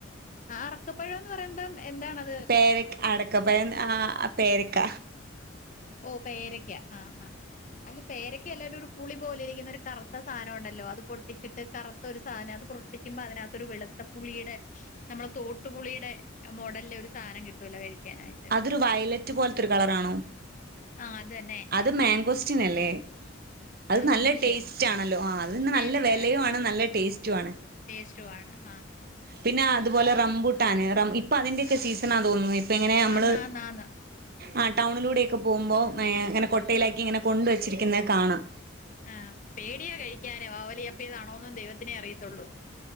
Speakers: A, on the left; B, on the right.
A: അടക്കപ്പഴം എന്ന് പറയുമ്പം എന്താണ് അത്
B: പേരക്ക. അടക്കപ്പഴം. ഹ്ഹ് പേരക്ക
A: ഓ പേരക്ക. ആ ആ അല്ല പേരക്ക അല്ലേല്ലും പുളി പോല ഇരിക്കുന്ന ഒരു കറുത്ത സാധനമാണല്ലോ. അത് പൊട്ടിച്ചിട്ട് കറുത്ത ഒരു സാധനം അത് പൊട്ടിച്ചുമ്പോ അതിനകത്തൊരു വെളുത്ത പുളിയുടെ, നമ്മളെ തോട്ടുപുളിയുടെ മോഡലില് ഒരു സാധനം കിട്ടുവല്ലോ. കഴിക്കാനായിട്ട്
B: ഒരു വയലറ്റ് പോലത്തെ ഒരു കളറാണോ
A: ആഹ് അത് തന്നെ
B: അത് മാങ്കോസ്റ്റിനല്ലേ അത്
A: ആഹ്
B: നല്ല
A: നല്ലേ
B: ടേസ്റ്റ് ആണല്ലോ. ആ അതിന്ന്
A: ടേസ്റ്റ്
B: നല്ല വിലയും ആണ്. നല്ല ടേസ്റ്റും ആണ്.
A: സ്റ്റുമാണ് ആഹ്
B: പിന്നെ അതുപോലെ റംബൂട്ടാൻ ഇപ്പം അതിൻ്റെ
A: ആഹ്
B: സിസണാന്ന് തോന്നുന്നു. ഇപ്പം ഇങ്ങനെ നമ്മള്
A: ആന്ന് ആന്ന് ആന്ന്
B: ആ ടൗണിലൂടെ ഒക്കെ പോകുമ്പോളിങ്ങനെ കൊട്ടയിലാക്കി
A: ആഹ്
B: ഇങ്ങനെ കൊണ്ടുവെച്ചിരിക്കുന്നത് കാണാം
A: ആഹ് പേടിയാ കഴിക്കാനേ. വാവൽ ചപ്പിയതാണോന്നും ദൈവത്തിനെ അറിയത്തുള്ളൂ